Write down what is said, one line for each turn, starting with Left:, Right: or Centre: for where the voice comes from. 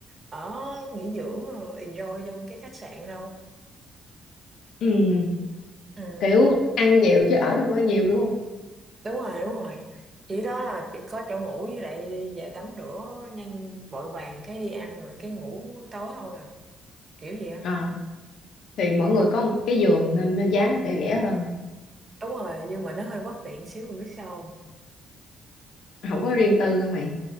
Right: ở nghỉ dưỡng rồi enjoy trong cái khách sạn đâu
Left: ừ,
Right: ừ.
Left: kiểu ăn nhiều chứ ở đâu có nhiều đúng không?
Right: đúng rồi đúng rồi chỉ đó là chỉ có chỗ ngủ với lại về tắm rửa nhanh vội vàng cái đi ăn rồi cái ngủ tối thôi à kiểu gì á
Left: À, thì mỗi người có một cái giường nên, nên giá nó sẽ rẻ hơn,
Right: đúng rồi nhưng mà nó hơi bất tiện xíu mình biết sao không
Left: không có riêng tư hả mày?